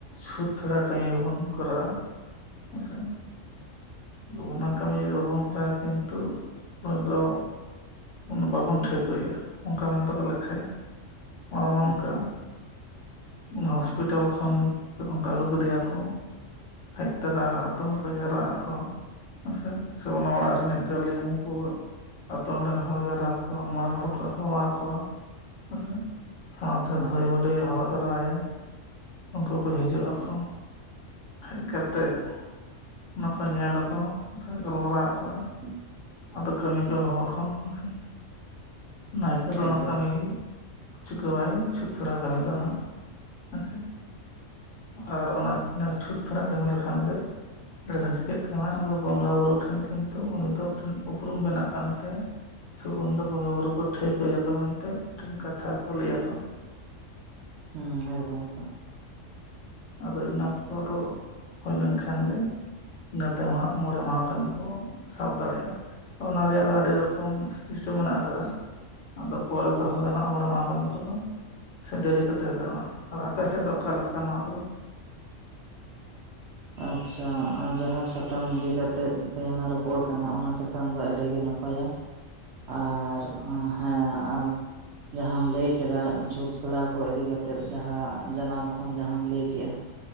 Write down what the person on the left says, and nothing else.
ᱪᱷᱩᱛ ᱯᱷᱮᱲᱟᱣ ᱠᱟᱹᱢᱤ ᱵᱚᱱ ᱠᱚᱨᱟᱣᱟ ᱦᱳᱭ ᱥᱮ, ᱚᱱᱟ ᱠᱟᱹᱢᱤ ᱡᱩᱫᱤ ᱵᱟᱵᱚᱱ ᱠᱚᱨᱟᱣᱟ ᱠᱤᱱᱛᱩ ᱱᱩᱭ ᱫᱚ, ᱩᱱ ᱵᱟᱵᱚᱱ ᱴᱷᱟᱹᱣᱠᱟᱹᱭᱮᱜ-ᱟ ᱚᱱᱠᱟ ᱢᱮᱱ ᱛᱮᱠᱚ ᱞᱮᱠᱷᱟᱱᱭᱟ ᱚᱱᱟ ᱫᱚ ᱱᱚᱝᱠᱟ
ᱚᱱᱟ ᱦᱚᱸᱥᱯᱤᱴᱟᱞ ᱠᱷᱚᱱ ᱡᱚᱠᱷᱚᱱ ᱠᱚ ᱟᱹᱜᱩ ᱠᱮᱫᱮᱭᱟᱠᱚ ᱦᱮᱡ ᱛᱚᱨᱟ ᱟᱛᱳ ᱦᱚᱲ ᱠᱚ ᱡᱟᱣᱨᱟᱜ ᱟᱠᱚ ᱦᱮᱸᱥᱮ ᱥᱮ ᱚᱱᱟ ᱚᱲᱟᱜ ᱨᱤᱱᱤᱡ ᱜᱟᱹᱞᱤᱢ ᱠᱚ ᱟᱛᱳ ᱦᱚᱲᱮ ᱦᱚᱦᱚ ᱡᱟᱣᱨᱟ ᱠᱚᱣᱟ ᱢᱚᱬᱮ ᱦᱚᱲ ᱠᱚ ᱦᱚᱦᱚᱣᱟ ᱠᱚᱣᱟ ᱦᱮᱸ ᱥᱟᱶᱛᱮ
ᱫᱷᱟᱹᱭ ᱵᱩᱰᱷᱤᱭ ᱦᱚᱦᱚ ᱛᱟᱨᱟᱦᱟᱭᱟ ᱩᱱᱠᱩ ᱠᱚ ᱦᱤᱡᱩᱜ ᱟᱠᱚ, ᱦᱮᱡ ᱠᱟᱛᱮᱜ ᱚᱱᱟ ᱠᱚ ᱧᱮᱞ ᱟᱠᱚ ᱥᱮ ᱜᱟᱞᱢᱟᱨᱟᱣ ᱟᱠᱚᱣᱟᱭ,
ᱟᱫᱚ ᱠᱟᱹᱢᱤ ᱠᱚ ᱦᱚᱦᱚᱣᱟ ᱠᱚ ᱦᱮᱸ ᱥᱮ ᱱᱟᱭᱠᱮ ᱫᱚ
ᱚᱱᱟ ᱠᱟᱹᱢᱤ ᱪᱩᱠᱟᱹᱣᱟᱭ ᱪᱷᱩᱸᱛ ᱯᱷᱮᱲᱟᱣ ᱠᱟᱹᱢᱤ ᱫᱚ ᱦᱟᱸᱜ ᱦᱮᱸ ᱥᱮ᱾ ᱟᱨ ᱚᱱᱟ ᱱᱟ ᱪᱷᱩᱸᱛ ᱯᱷᱮᱲᱟ ᱠᱟᱹᱢᱤ ᱞᱮᱠᱷᱟᱱ ᱜᱮ ᱮᱰᱮ ᱠᱷᱟᱱ ᱪᱤᱠᱟᱹᱜ ᱠᱟᱱᱟ ᱟᱫᱚ ᱵᱚᱸᱜᱟᱼ ᱵᱩᱨᱩ ᱴᱷᱮᱱ ᱠᱤᱱᱛᱩ ᱩᱱᱤ ᱫᱚ ᱢᱤᱫᱴᱮᱱ ᱩᱯᱨᱩᱢ ᱵᱮᱱᱟᱜ ᱠᱟᱱ ᱛᱟᱭᱟ ᱥᱮ ᱩᱱᱫᱚ ᱵᱚᱸᱜᱟᱼᱵᱩᱨᱩ ᱠᱚ ᱴᱷᱟᱹᱣᱠᱟᱹᱭᱟ ᱠᱚ ᱢᱮᱱᱛᱮ ᱢᱤᱫᱴᱮᱱ ᱠᱟᱛᱷᱟ ᱠᱚ ᱞᱟᱹᱭᱟ ᱠᱚ
ᱟᱫᱚ ᱤᱱᱟᱹ ᱠᱚᱫᱚ ᱦᱩᱭ ᱞᱮᱱ ᱠᱷᱟᱱ ᱜᱮ, ᱱᱚᱛᱮ ᱦᱟᱸᱜ ᱢᱚᱬᱮ ᱢᱟᱦᱟ ᱠᱟᱹᱢᱤ ᱠᱚ ᱥᱟᱵ ᱫᱟᱲᱮᱭᱟᱜᱼᱟ ᱚᱱᱟ ᱨᱮᱭᱟᱜ ᱫᱚ ᱟᱹᱰᱤ ᱨᱚᱠᱚᱢ ᱥᱤᱥᱴᱮᱢ ᱢᱮᱱᱟᱜ ᱟᱠᱟᱫᱟ ᱟᱫᱚ ᱯᱚᱨᱮ ᱛᱮᱦᱚᱸ ᱜᱟᱱᱚᱜᱼᱟ <unintelligible> ᱠᱟᱹᱢᱤ ᱠᱚᱫᱚ ᱥᱮ ᱰᱮᱨᱤ ᱠᱟᱛᱮ ᱜᱟᱨᱚᱜᱼᱟ ᱟᱨ ᱟᱯᱮ ᱥᱮᱫ ᱫᱚ ᱚᱠᱟ ᱞᱮᱠᱟ ᱱᱚᱣᱟ ᱠᱚᱫᱚ